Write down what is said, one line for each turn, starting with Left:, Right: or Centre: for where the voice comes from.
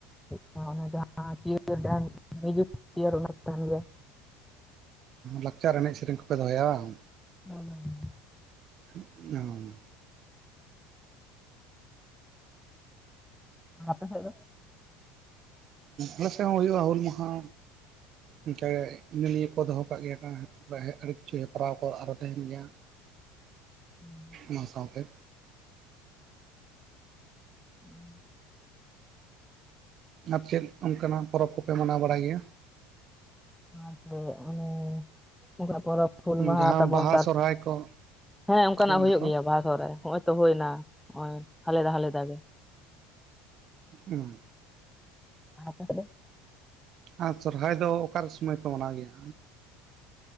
Centre: ᱠᱚ ᱡᱟᱦᱟᱸ ᱢᱤᱭᱡᱤᱠ ᱪᱤᱭᱟᱨ ᱚᱱᱟ ᱠᱚ ᱛᱟᱦᱮᱱ ᱜᱮᱭᱟ᱾
Right: ᱞᱟᱠᱪᱟᱨ ᱮᱱᱮᱡ ᱥᱮᱨᱮᱧ ᱠᱚᱯᱮ ᱫᱚᱦᱚᱭᱟ ᱵᱟᱝ
Centre: ᱦᱸᱻ
Right: ᱚ
Centre: ᱟᱯᱮ ᱥᱮᱫ ᱫᱚ?
Right: ᱟᱞᱮ ᱥᱮᱫ ᱦᱚᱸ ᱦᱩᱭᱩᱜᱼᱟ ᱦᱩᱞ ᱢᱟᱦᱟ ᱚᱱᱠᱟ ᱤᱱᱟᱹ-ᱱᱤᱭᱟᱹ ᱠᱚ ᱫᱚᱦᱚ ᱠᱟᱜ ᱜᱮᱭᱟ ᱠᱚ ᱟᱹᱰᱤ ᱠᱤᱪᱷᱩ ᱦᱮᱯᱨᱟᱣ ᱠᱚ ᱟᱨᱚ ᱛᱟᱦᱮᱱ ᱜᱮᱭᱟ᱾
Centre: ᱦᱩᱸ
Right: ᱚᱱᱟ ᱥᱟᱶᱛᱮ
Centre: ᱦᱩᱸ
Right: ᱟᱨ ᱪᱮᱫ ᱚᱱᱠᱟᱱᱟᱜ ᱯᱚᱨᱚᱵᱽ ᱠᱚᱯᱮ ᱢᱟᱱᱟᱣ ᱵᱟᱲᱟᱭ ᱜᱮᱭᱟ?
Centre: ᱥᱮᱸᱫᱽᱨᱟ ᱠᱚ ᱚᱱᱮ ᱚᱱᱠᱟᱱᱟᱜ ᱯᱚᱨᱚᱵᱽ ᱦᱩᱞ ᱢᱟᱦᱟ
Right: ᱡᱟᱦᱟᱸ
Centre: ᱛᱟᱵᱚᱱ
Right: ᱵᱟᱦᱟ ᱥᱚᱨᱦᱟᱭ ᱠᱚ
Centre: ᱦᱮᱸᱻ ᱚᱱᱠᱟᱱᱟᱜ
Right: ᱦᱳᱭ
Centre: ᱦᱩᱭᱩᱜ
Right: ᱱᱟᱠᱚ
Centre: ᱜᱮᱭᱟ ᱵᱟᱦᱟ, ᱥᱚᱦᱚᱨᱟᱭ ᱱᱚᱜᱼᱚᱭ ᱛᱚ ᱦᱩᱭ ᱮᱱᱟ ᱱᱚᱜᱼᱚᱭ ᱦᱟᱞᱮᱫᱟ- ᱦᱟᱞᱮᱫᱟ ᱜᱮ
Right: ᱦᱚᱸ
Centre: ᱟᱯᱮ ᱥᱮᱫ ᱫᱚ?
Right: ᱟᱨ ᱥᱚᱨᱦᱟᱭ ᱫᱚ ᱚᱠᱟᱨᱮ ᱥᱚᱢᱚᱭ ᱯᱮ ᱢᱟᱱᱟᱣ ᱜᱮᱭᱟ